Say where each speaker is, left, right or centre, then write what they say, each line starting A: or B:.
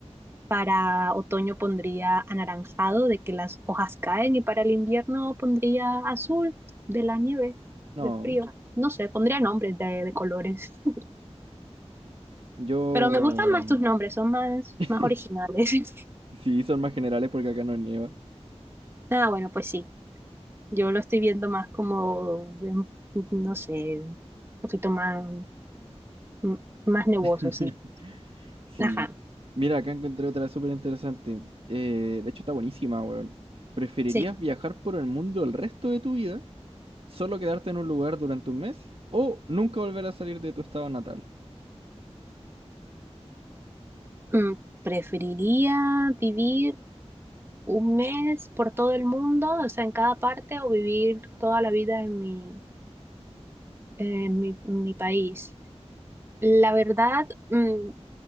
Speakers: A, on the right; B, on the right.
A: Para otoño pondría anaranjado de que las hojas caen y para el invierno pondría azul de la nieve,
B: no,
A: del frío. No sé, pondría nombres de, de colores. <laughs>
B: yo...
A: Pero me gustan más tus nombres, son más,
B: <laughs>
A: más originales. <laughs>
B: Sí, son más generales porque acá no nieva.
A: Ah, bueno, pues sí. Yo lo estoy viendo más como, em, no sé, un poquito más, m- más nebuloso,
B: <laughs>
A: sí.
B: Sí.
A: Ajá,
B: Mira, acá encontré otra súper interesante. Eh, de hecho, está buenísima, weón. ¿Preferirías
A: sí.
B: viajar por el mundo el resto de tu vida, solo quedarte en un lugar durante un mes, o nunca volver a salir de tu estado natal?
A: Mm, Preferiría vivir un mes por todo el mundo, o sea, en cada parte, o vivir toda la vida en mi, en mi, en mi país. La verdad, mm,